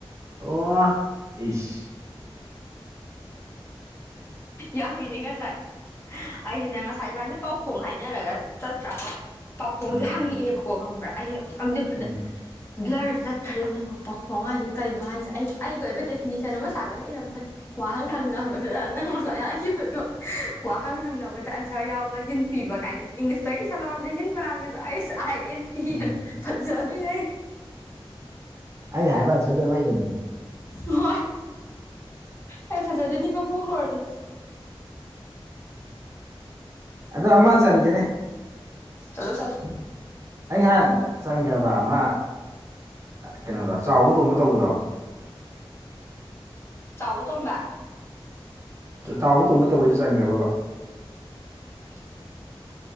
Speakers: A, on the right (about 30°); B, on the left (about 25°).
A: ꯑꯣ ꯏꯁ
B: ꯌꯥꯔꯤꯅꯦ ꯉꯁꯥꯏ ꯑꯩꯗꯤꯅꯦ ꯉꯁꯥꯏ ꯏꯕꯥꯁꯦ ꯄꯥꯎꯈꯣꯡ ꯍꯥꯏꯅꯔꯒ ꯆꯠꯇ꯭ꯔꯥꯀꯣ ꯄꯥꯈꯣꯡꯁꯦ
A: ꯎꯝ
B: ꯍꯪꯉꯛꯑꯦꯕꯀꯣ ꯈꯪꯕ꯭ꯔꯥ ꯑꯩꯅ ꯈꯪꯖꯕꯗ
A: ꯎꯝ
B: ꯕ꯭ꯂꯔ ꯆꯠꯈ꯭ꯔꯔꯤ ꯅꯉꯣ ꯄꯥꯎꯈꯣꯡ ꯍꯥꯏꯁꯦ ꯀꯩꯅꯣ ꯍꯥꯏꯁꯦ ꯑꯩ ꯑꯩꯒꯤ ꯑꯣꯏꯕ ꯗꯦꯐꯤꯅꯤꯁꯟ ꯑꯃ ꯁꯥꯒꯠꯂꯛ ꯏꯔꯝꯕꯅꯦ ꯋꯥꯍꯪ ꯍꯪꯅꯕꯗ ꯅꯪ ꯑꯣꯖꯥ ꯍꯥꯏꯈꯤꯕꯗꯣ ꯋꯥꯍꯪ ꯍꯪꯅꯕꯗ ꯑꯟꯁꯔ ꯌꯥꯎꯕ ꯍꯤꯟ ꯄꯤꯕ ꯀꯥꯏꯅ ꯏꯪꯂꯤꯁꯇ ꯏꯁꯟꯂꯝꯗ ꯍꯤꯟ ꯃꯅꯥꯥꯡꯒꯗꯣ ꯑꯩ ꯥꯏ ꯑꯦꯟ ꯀꯤꯅ
A: ꯎꯝ
B: ꯐꯪꯖꯗꯣꯏꯅꯦ
A: ꯑ ꯍꯥꯏꯕ ꯑꯥꯏꯁꯔꯗꯨꯔꯣ ꯅꯪ ꯉꯥꯏꯔꯝꯃꯤꯁꯦ
B: ꯍꯣꯏ ꯑꯩ ꯐꯖꯗꯅꯤꯀ ꯀꯣꯛꯂꯣꯏꯨꯔꯁꯦ
A: ꯑꯗꯣ ꯑꯃ ꯆꯟꯒꯦꯅꯦ
B: ꯆꯂꯣ ꯆꯂ
A: ꯑꯩ ꯉꯍꯥꯟ ꯆꯪꯈ꯭ꯔꯕ ꯃꯥ ꯀꯩꯅꯣꯗꯣ ꯆꯥꯎꯕ ꯇꯣꯡꯕ ꯇꯧꯕꯗꯣ
B: ꯆꯥꯎꯕ ꯇꯣꯝꯕ
A: ꯆꯥꯎꯕ ꯇꯣꯡꯕ ꯇꯧꯕꯩꯗ ꯆꯟꯈ꯭ꯔꯕ
B: <inaudible>